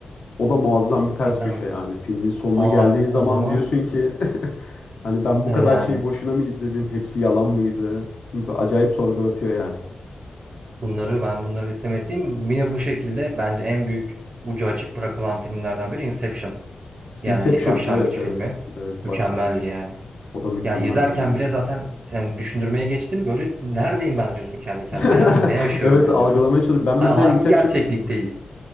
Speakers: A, on the left (about 55°); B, on the right (about 50°).
A: o da muazzam bir ters
B: Zindan
A: köşe
B: Adası.
A: yani. Filmin sonuna
B: Aa
A: geldiğin
B: o
A: zaman
B: zaman
A: diyorsun ki <laughs> hani ben
B: e,
A: bu
B: yani
A: kadar şeyi boşuna mı izledim? Hepsi yalan mıydı? Acayip sorgulatıyor yani.
B: bunları ben bunları istemediğim yine bu şekilde bence en büyük ucu açık bırakılan filmlerden biri Inception. Yani
A: Inception
B: başlangıç
A: evet evet.
B: filmi.
A: Evet
B: Mükemmeldi
A: başlangıç.
B: yani.
A: O da mükemmeldi
B: Ya izlerken
A: onu da izledim.
B: bile zaten sen düşündürmeye geçtim. Böyle neredeyim ben diyorsun kendi kendine.
A: <laughs>
B: ya. Hani ne yaşıyorum
A: Evet
B: ben
A: algılamaya
B: diyorsun.
A: çalışıyorum. Ben mesela
B: Ha, hangi
A: Inception'ı
B: gerçeklikteyiz?